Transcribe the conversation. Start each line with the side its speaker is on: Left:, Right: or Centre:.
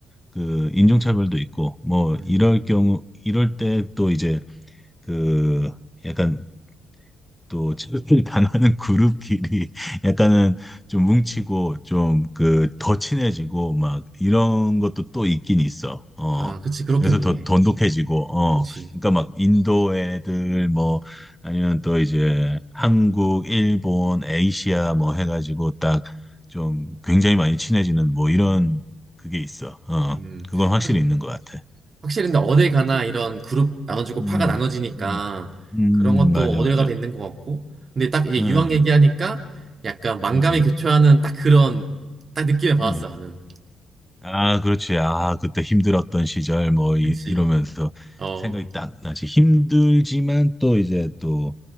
Centre: 그, 인종차별도 있고, 뭐,
Right: 음.
Centre: 이럴 경우, 이럴 때 또 이제, 그, 약간 또 체육을 당하는 <laughs> 그룹끼리 약간은 좀 뭉치고 좀 그 더 친해지고 막 이런 것도 또 있긴 있어. 어.
Right: 아, 그치, 그렇겠네.
Centre: 그래서 더 돈독해지고 어.
Right: 그렇지.
Centre: 그러니까 막 인도 애들 뭐 아니면 또 이제 한국, 일본, 에이시아 뭐 해가지고 딱 좀 굉장히 많이 친해지는 뭐 이런 그게 있어. 어.
Right: 음.
Centre: 그건 확실히
Right: 확-
Centre: 있는 것 같아.
Right: 확실히 근데 어딜 가나 이런 그룹 나눠주고
Centre: 음,
Right: 파가 나눠지니까
Centre: 음, 음,
Right: 그런 것도
Centre: 맞아,
Right: 음.
Centre: 맞아.
Right: 어딜 가도 있는 것 같고. 근데 딱 이제
Centre: 응,
Right: 유학 얘기하니까 약간
Centre: 응,
Right: 만감이
Centre: 응,
Right: 교차하는 딱 그런 딱 느낌을 받았어,
Centre: 응.
Right: 나는.
Centre: 아, 그렇지. 아, 그때 힘들었던 시절 뭐 이,
Right: 그치.
Centre: 이러면서
Right: 어,
Centre: 생각이 딱 나지. 힘들지만 또 이제 또